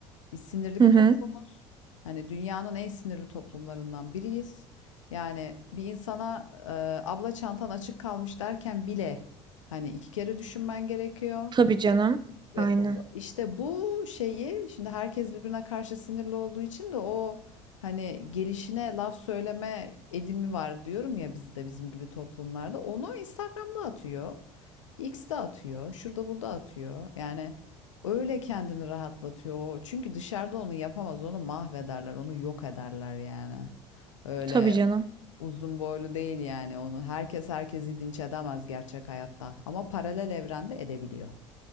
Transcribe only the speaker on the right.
Hı
hı.
Tabii canım.
Aynen.
Tabii canım.